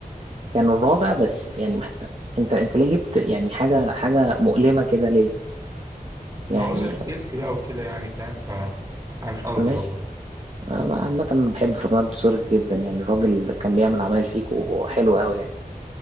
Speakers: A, on the right; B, on the right.
A: كانوا يعني الرابع بس يعني محت... انت انت ليه جبت يعني حاجه حاجه مؤلمه كده ليا
B: ما
A: يعني
B: قلنا تشيلسي بقى وكده يعني فاهم ف انا مش قصدي
A: ماشي
B: والله
A: أنا عامة أنا بحب فرناندو سوريس جدا يعني الراجل كان بيعمل عمايل فيكو حلوة أوي يعني